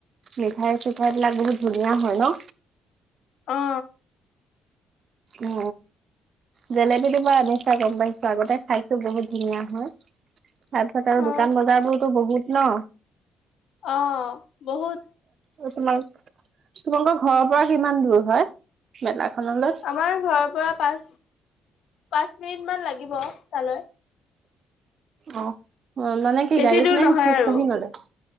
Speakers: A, on the right; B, on the left.
A: মিঠাই চিঠাই বিলাক বহুত ধুনীয়া হয় ন
B: অ
A: উ জেলেপী দুিবা আনিছা গম পাইছ আগতে খাইছো বহুত ধুনীয়া হয় তাৰ পিছত আৰু
B: অ
A: দোকান বজাৰ বোৰোতো বহুত ন
B: অ বহুত
A: তোমাৰ তোমালোকৰ ঘৰৰ পৰা কিমান দূৰ হয় মেলাখনলৈ?
B: আমাৰ ঘৰৰ পৰা পাছ পাঁচ মিনিট মান লাগিব তালৈ
A: অ অ মানে কি
B: বেছি
A: গাড়ীত
B: দূৰ
A: নাই
B: নহয়
A: খোজ
B: আৰু
A: কাঢ়ি গ'লে